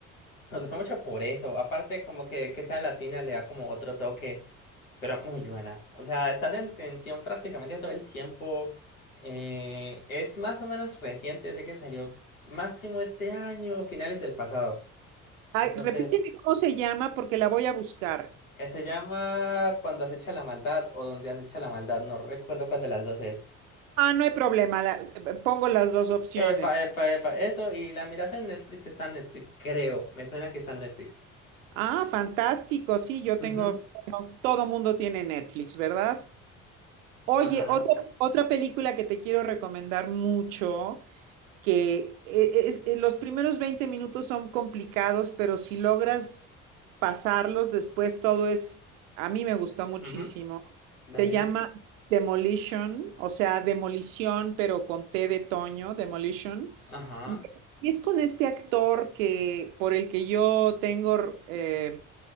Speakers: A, on the left; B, on the right.
A: me gustó mucho por eso. Aparte, como que, que sea latina le da como otro toque, pero muy buena. O sea, estás en tensión prácticamente todo el tiempo. eh, es más o menos reciente, sé que salió máximo este año, finales del pasado.
B: Ay,
A: Entonces,
B: repíteme cómo se llama porque la voy a buscar.
A: eh, se llama Cuando acecha la maldad o Donde acecha la maldad. No recuerdo cuál de las dos es.
B: Ah, no hay problema. la- pongo las dos opciones.
A: Epa, epa, epa. Eso, y la miras en Netflix, está en Netflix, creo. Me suena que está en Netflix.
B: Ah, fantástico. Sí, yo
A: Ujú,
B: tengo, bueno, todo mundo tiene Netflix, ¿verdad? Oye,
A: Ajá.
B: otra, otra película que te quiero recomendar mucho que es- es- eh, los primeros 20 minutos son complicados, pero si logras pasarlos, después todo es, a mí me gustó muchísimo.
A: ujú, Dale.
B: Se llama Demolition, o sea, demolición, pero con T de Toño, Demolition.
A: Ajá.
B: Y, y es con este actor que, por el que yo tengo eh,